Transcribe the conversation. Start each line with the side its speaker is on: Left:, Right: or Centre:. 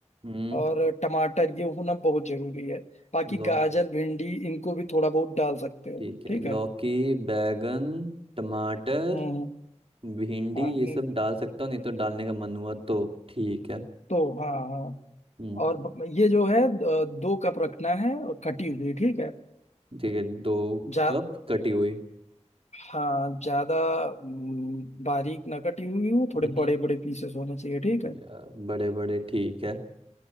Right: हम्म
Left: और टमाटर ये होना बहुत जरूरी है बाकी
Right: लौ
Left: गाजर भिंडी इनको भी थोड़ा बहुत डाल सकते हो
Right: ठीक है
Left: ठीक
Right: लौकी
Left: है
Right: बैगन टमाटर
Left: हम्म
Right: भिंडी
Left: हाँ,
Right: ये
Left: ये-
Right: सब डाल सकता हूँ नहीं तो डालने का मन हुआ तो ठीक है
Left: तो हाँ हाँ
Right: हम्म
Left: और ब- ये जो है द- दो कप रखना है और कटी हुई ठीक है
Right: ठीक है दो
Left: जा
Right: कप कटी हुई
Left: हाँ ज्यादा हम्म, बारीक ना कटी हुई हो थोड़े
Right: हम्म
Left: बड़े बड़े पीसेस होने चाहिए ठीक है
Right: यार बड़े बड़े ठीक है